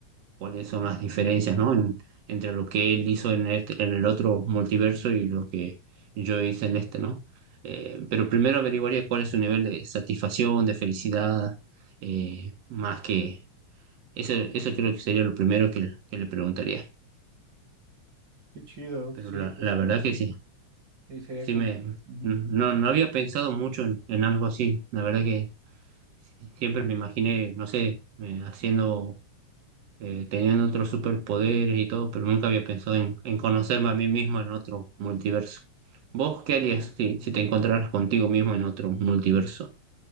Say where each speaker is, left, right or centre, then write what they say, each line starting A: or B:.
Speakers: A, on the right (about 65°); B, on the right (about 45°).
A: cuáles son las diferencias, ¿no? En- entre lo que él hizo en el, en el otro multiverso y lo que yo hice en este, ¿no? Eh, pero primero averiguaría cuál es su nivel de satisfacción, de felicidad, eh, más que eso, eso creo que sería lo primero que, que le preguntaría.
B: Qué chido,
A: Pero
B: sí,
A: la,
B: justo.
A: la verdad que sí,
B: Y sería
A: sí
B: como...
A: me,
B: ujú.
A: no, no había pensado mucho en, en algo así. La verdad que siempre me imaginé, no sé, me- haciendo eh, tenían otros superpoderes y todo, pero nunca había pensado en, en conocerme a mí mismo en otro multiverso. ¿Vos qué harías si, si te encontraras contigo mismo en otro multiverso?